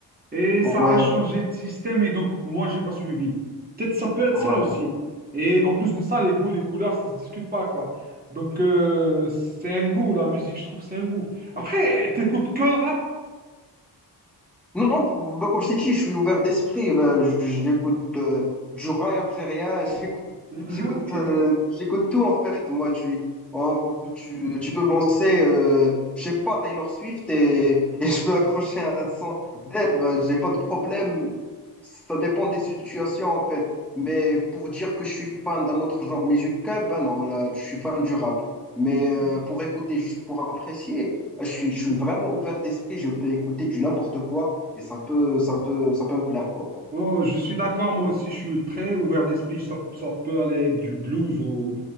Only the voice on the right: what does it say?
et ça
a changé de système et donc moi, j'ai pas suivi. Peut-être ça peut être
ça aussi. Et en plus de ça, les goûts, les couleurs, ça se discute pas, quoi. Donc, euh, c'est un goût, la musique, je trouve, c'est un goût. Après, t'écoutes que le rap?
<laughs> Mhm,
Ok.
Ok.
Ok.
Oh, je suis d'accord, moi aussi, je suis très ouvert d'esprit. Ça, ça peut aller du blues au,